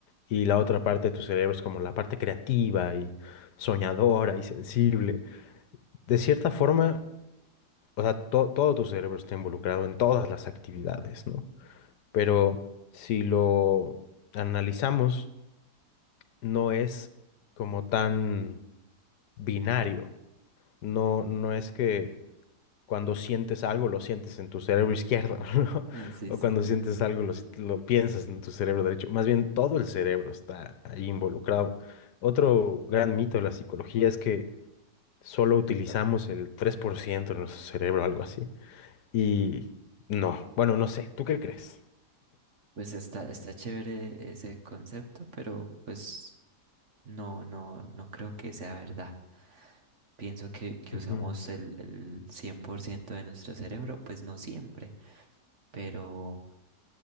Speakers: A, on the left; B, on the right.
A: y la otra parte de tu cerebro es como la parte creativa y soñadora y sensible. De cierta forma, o sea, to- todo tu cerebro está involucrado en todas las actividades, ¿no? Pero si lo analizamos, no es como tan binario. No, no es que cuando sientes algo lo sientes en tu cerebro izquierdo, <laughs> ¿no?
B: Ah, Sí,
A: O
B: sí.
A: cuando sientes algo lo, si- lo piensas en tu cerebro derecho. Más bien todo el cerebro está ahí involucrado. Otro gran mito de la psicología es que solo utilizamos el 3% de nuestro cerebro, algo así. Y no, bueno, no sé, ¿tú qué crees?
B: Pues está, está chévere ese concepto, pero pues No, no, no creo que sea verdad. Pienso que, que
A: Ujú,
B: usamos el, el 100% de nuestro cerebro, pues no siempre, pero,